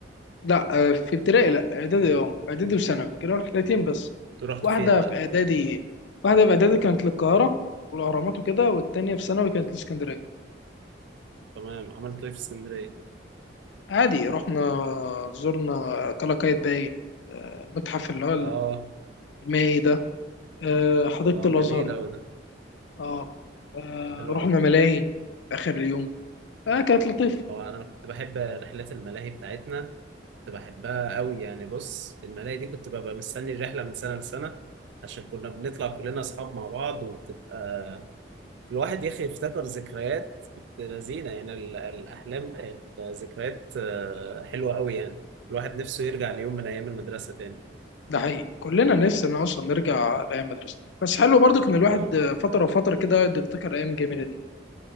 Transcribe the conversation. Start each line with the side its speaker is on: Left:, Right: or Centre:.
Left: لا آه، في ابتدائي لا اعدادي اه اعدادي وثانوي كانوا رحلتين بس
Right: انتوا رحتوا
Left: واحده
Right: فين بقى
Left: في اعدادي واحده في اعدادي كانت للقاهره والاهرامات وكده والتانيه في ثانوي كانت لاسكندريه
Right: تمام عملتوا ايه في اسكندريه
Left: عادي رحنا زرنا قلعة باي آه، المتحف اللي هو
Right: اه
Left: المائي ده آه، حديقه
Right: اه
Left: الازهر
Right: جميل قوي ده
Left: اه آه،
Right: حلو
Left: رحنا
Right: قوي
Left: ملاهي في اخر اليوم آه كانت لطيفه
Right: هو انا كنت بحب رحلات الملاهي بتاعتنا كنت بحبها قوي يعني بص الملاهي دي كنت ببقى مستني الرحله من سنه لسنه عشان كنا بنطلع كلنا اصحاب مع بعض وبتبقى الواحد يا اخي يفتكر ذكريات بنت لذينه يعني ال- الاحلام الذكريات آه، حلوه قوي يعني الواحد نفسه يرجع ليوم من ايام المدرسه تاني
Left: ده حقيقي كلنا نفسنا اصلا نرجع لايام مدرسه بس حلو برضك ان الواحد
Right: اه
Left: فتره وفتره كده يقعد يفتكر ايام جميله دي